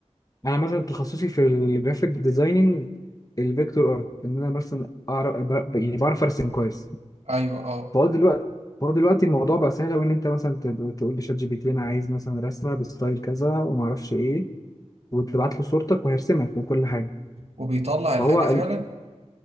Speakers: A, on the left; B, on the right.
A: انا مثلا تخصصي في الجرافيك ديزايننج الفيكتور ارت ان انا مثلا اعرف ب- يعني بعرف ارسم كويس
B: ايوه اه
A: فهو دلوقتي فهو دلوقتي الموضوع بقى سهل أوي إن أنت مثلا تب- تقول لشات جي بي تي أنا عايز مثلا رسمة بستايل كذا وما أعرفش إيه وتبعت له صورتك وهيرسمك وكل حاجة
B: وبيطلع الحاجة
A: فهو
B: فعلا
A: ال-